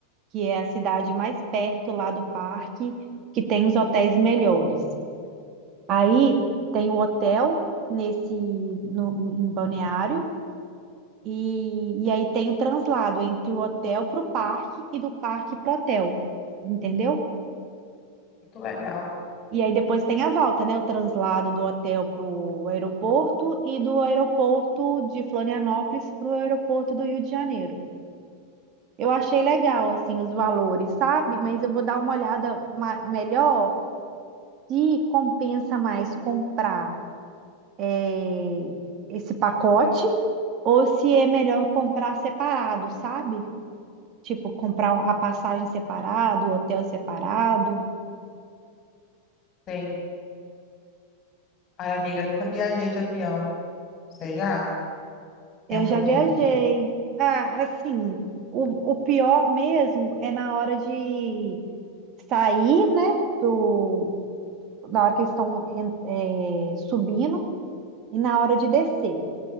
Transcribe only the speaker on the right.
que é a cidade mais perto lá do parque, que tem os hotéis melhores. Aí tem o hotel nesse no- em Balneário e, e aí tem o translado entre o hotel para o parque e do parque para o hotel, entendeu?
E aí depois tem a volta, né? O translado do hotel pro aeroporto e do aeroporto de Florianópolis pro aeroporto do Rio de Janeiro. Eu achei legal, assim, os valores, sabe? Mas eu vou dar uma olhada ma- melhor se compensa mais comprar eh, esse pacote ou se é melhor comprar separado, sabe? Tipo, comprar a passagem separado, o hotel separado.
Eu
já viajei.
Ah, assim, o, o pior mesmo é na hora de sair, né? Do, na hora que eles estão en- é, subindo e na hora de descer.